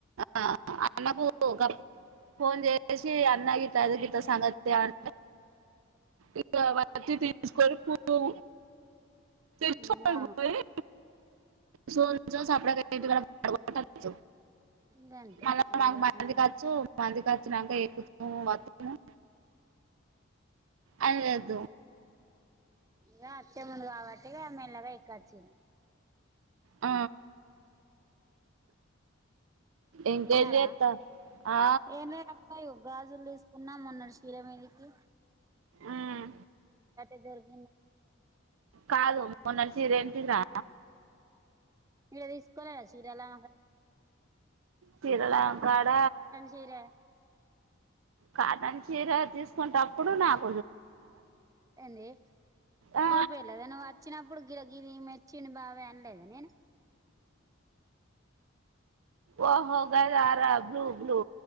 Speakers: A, on the right (about 75°); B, on the right (about 15°).
A: ఆ అన్న గాప్ ఫోన్ చేసి అన్నా గిట్ల అయింది గిట్ల సంగతి అని ఇగా వచ్చి తీసుకొనిపోవు తీసుకొని
B: ఇంగా
A: పోయి సోనీ అచ్చినాకా సపరేక ఆయి ఇంటికాడ పాడగొటి అచ్చు
B: గంతే
A: మళ్ళా
B: ఏం చేస్తు
A: మా ఇంటికి
B: మరి
A: అచ్చు మాఇంటికాచినక ఏకుతును వత్తును అదిఅదు
B: ఎ వచ్చేముందు కాబట్టి మెల్లగా ఎక్కొచ్చింది
A: ఆ ఇంకేం
B: ఇన్నార
A: చేస్తా ఆ,
B: ఎ లే అక్క గాజులు తీసుకున్నా మొన్నటి చీర మీదకి
A: ఉమ్,
B: <unintelligible>
A: కాదు మొన్నటి చీర ఏంటిది రా
B: మొన్న తీసుకోలేదా చీర <unintelligible>
A: తీరాళం కాడ
B: చీర
A: కటన్ చీర తీసుకుంటప్పుడు నాక్
B: ఏంది
A: ఆ,
B: చూపియలేదా నువ్వు వచ్చినప్పుడు ఇగో గిది మెచ్చిండు బాబాయ్ అన్లేదా నేను
A: ఓహో గదార అరా బ్లూ బ్లూ